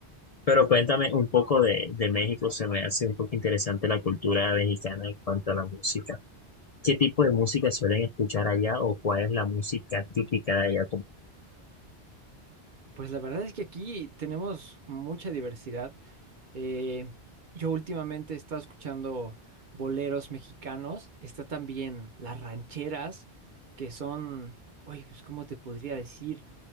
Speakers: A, on the left; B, on the right.
A: Pero cuéntame un poco de, de México, se me hace un poco interesante la cultura mexicana en cuanto a la música. ¿Qué tipo
B: Mm,
A: de música suelen escuchar allá o cuál es la música típica de allá?
B: Pues la verdad es que aquí tenemos mucha diversidad. Eh, yo últimamente he estado escuchando boleros mexicanos, está también las rancheras, que son, oye, pues ¿cómo te podría decir?